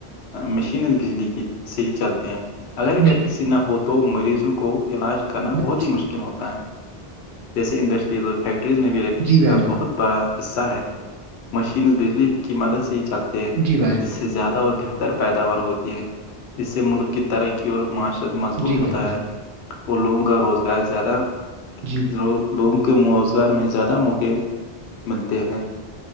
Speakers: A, on the left; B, on the right.
A: مشین بجلی کی سے ہی چلتے ہیں اگر
B: جی
A: الیکٹرسٹی نہ ہو تو مریضوں کو کو علاج کرنا
B: بالکل
A: بہت
B: صحیح
A: ہی مشکل ہوتا ہے جیسے انڈسٹریز اور فیکٹریز میں بھی الیکٹرسٹی
B: جی بھائی
A: کا
B: جان
A: بہت بڑا حصہ ہے مشینز بجلی کی مدد سے چلتے ہیں
B: جی بھائی جان
A: جس سے زیادہ اور بہتر پیداوار ہوتی ہے اس سے ملک کی ترقی اور معاشرت مضبوط
B: جی بھائی
A: ہوتا
B: جان
A: ہے اور لوگوں کا روزگار زیادہ
B: جی <unintelligible>
A: و لوگوں کے روزگار میں زیادہ موقعے ملتے ہیں